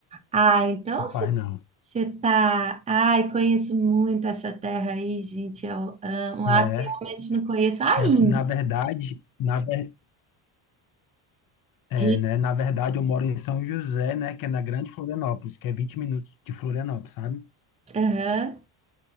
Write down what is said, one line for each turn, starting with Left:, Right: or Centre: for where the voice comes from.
Right: Ah, então
Left: Rapaz,
Right: você
Left: não.
Right: você tá, ai, conheço muito essa terra aí, gente. Eu amo. O Acre
Left: É,
Right: realmente não conheço ainda.
Left: é, na verdade, na, ver- É,
Right: De...
Left: né? Na verdade, eu moro em São José, né? Que é na Grande Florianópolis, que é 20 minutos de Florianópolis, sabe?
Right: Aham.